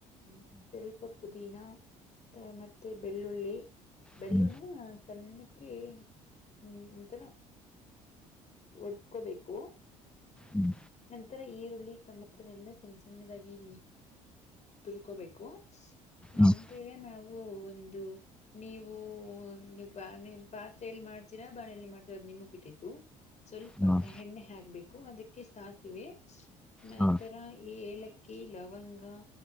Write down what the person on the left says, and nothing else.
ಹ್ಮ್ ಸ್ವಲ್ಪ ಪುದೀನಾ ಮತ್ತೆ ಮತ್ತೆ ಬೆಳ್ಳುಳ್ಳಿ ಈರುಳ್ಳಿ ಬೆಳ್ಳುಳ್ಳಿ
ಸಣ್ಣಕೆ ಹ್ಮ್ ಒಂಥರಾ ಒಡ್ಕೋಬೇಕು
ಒಂಥರಾ ಈರುಳ್ಳಿ ಟೊಮೆಟೊನೆಲ್ಲ ಸಣ್ಣ ಸಣ್ಣದಾಗಿ ಇ ತುರ್ಕೋಬೇಕು ನಂತರ
ನಾವು. ಹೂಂ ಒಂದು ನೀವು ನೀ ಬ ಪಾತ್ರೆಯಲ್ಲಿ ಮಾಡ್ತೀರಾ ಬಾಣಲಿ ಮಾಡ್ತೀರಾ ಅದು ನಿಮಿಗೆ ಬಿಟ್ಟಿದ್ದು. ಸ್ವಲ್ಪ
ಎಣ್ಣೆ ಹಾಕ್ಬೇಕ್ ಕು ಅದ್ ಕೆಸಾಸಿವೆ. ಮನ್ಂತರ
ಯೆ ಎಲಕ್ ಕ್ಕಿ ಲವಂಗ